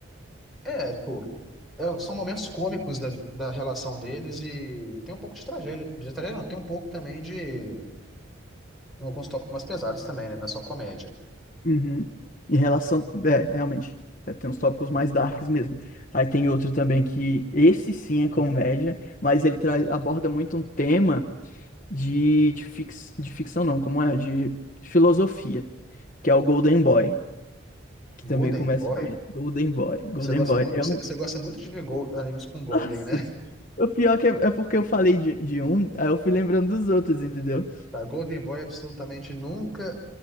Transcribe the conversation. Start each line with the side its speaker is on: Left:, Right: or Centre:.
Centre: É, tipo. é- são momentos cômicos da, vi- da relação deles e tem um pouco de tragédia. De tragédia, não, tem um pouco também de. Alguns tópicos mais pesados também, né? Não é só comédia.
Left: uhum. Em relação. É, realmente. é, tem uns tópicos mais darks mesmo. Aí tem outro também que. Esse sim é comédia, mas ele traz, aborda muito um tema. de, de, fix, de ficção não, como é? De filosofia, que é o Golden Boy, que também
Centre: Golden
Left: começa
Centre: Boy.
Left: com ele. Golden Boy, Golden
Centre: Você gosta
Left: Boy.
Centre: muito,
Left: Eu
Centre: você
Left: não...
Centre: você gosta muito de ver gol- animes
Left: <laughs>
Centre: com Golden,
Left: Nossa,
Centre: né? <laughs>
Left: o pior que é, é porque eu falei de, de um, aí eu fui lembrando dos outros, entendeu?
Centre: Tá, Golden Boy absolutamente nunca